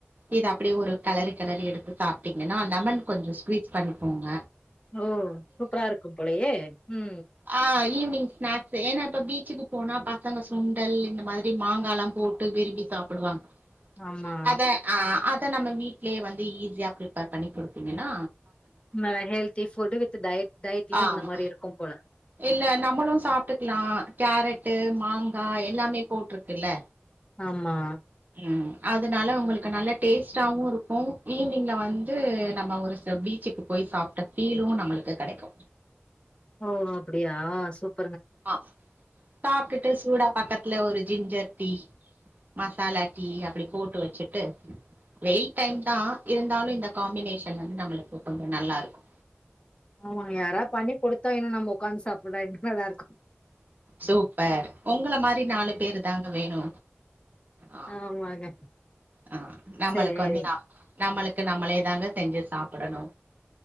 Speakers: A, on the right; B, on the left.
A: இத அப்டியே ஒரு கெளறி கெளறி எடுத்து சாப்டிங் ஏனா லெமன் கொஞ்ச ஸ்க்வீஸ் பண்ணிகோங்க
B: ஓ சூப்ரா இருக்கு போலயே உ
A: ஆ ஈவினிங் ஸ்நாக்ஸ் ஏனா இப்ப பீச்சுக்கு போனா பசங்க சுண்டல் இந்த மாத்ரி மாங்காலா போட்டு விரும்பி சாப்பிடுவாங்க
B: ஆமா
A: அத ஆ அத நம்ம வீட் ட்லே வந்து ஈஸியா <unintelligible> ப்ரிப்பேர் பண்ணி குடுத்தீங்கனா
B: நல்ல ஹல்தி ஃபுட் வி டயட் டயட்லயு இருந்த
A: ஆமா
B: மாரி இருக்கும் போல
A: இல்ல நம்மளு சாப்டுகலா கேரட்டு மாங்கா எல்லாமே போட்ருகுல
B: ஆமா
A: உ அதனால உங்களுக்கு நல்ல டேஸ்டாவு இருக்கு ஈவினிங்ல வந்து நம்ம ஒரு சில பீச்சுக்கு போய் சாப்பிட்ட ஃபீலு நம்மளுக்கு கெடைக்கு
B: ஓ அப்படியா சூப்
A: ஆ சாப்பிட்டுட்டு சூடா பாக்கட் த்துல ஒரு ஜிஞ்சர் டீ மசாலா டீ அப்படி போட்டு வச்சுட்டு வெயில் டைம் தா இருந்தாலு இந்த காம்பினேஷன் வந்து நம்மளுக்கு கொஞ்ச நல்லா இருக்கு
B: ஆமா யாரா பண்ணி கொடுத்தா இன்னு நம்ம உட்காந்து சாப்பிடா என்ன நல்லா இருக்கு
A: சூப்பர் உங்கள மாரி நாலு பேரு தாங்க வேணு ஆ
B: ஆமாங்க
A: ஆ நம்மளுக்கு
B: சேரி
A: வந்து நா நம்மளுக்கு நம்மளே தாங்க செஞ்சு சாப்பிடணு